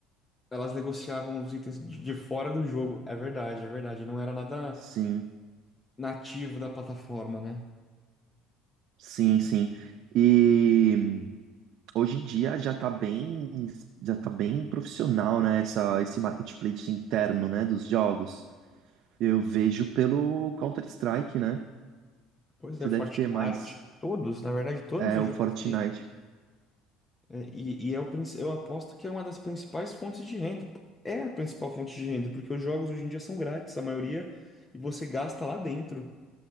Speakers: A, on the left; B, on the right.
A: Elas negociavam os itens de de fora do jogo. É verdade, é verdade. Não era nada
B: Sim,
A: nativo da plataforma, né?
B: sim, sim. E Hoje em dia já tá bem, já tá bem profissional, né, essa, esse marketplace interno, né, dos jogos. Eu vejo pelo Counter-Strike, né?
A: Pois
B: Você
A: é, Fortnite.
B: deve ter mais
A: Todos, na verdade, todos
B: é,
A: os
B: o
A: jogos
B: Fortnite.
A: têm. É, e e é o, princi- eu aposto que é uma das principais fontes de renda. pô. É a principal fonte de renda, porque os jogos hoje em dia são grátis, a maioria, e você gasta lá dentro,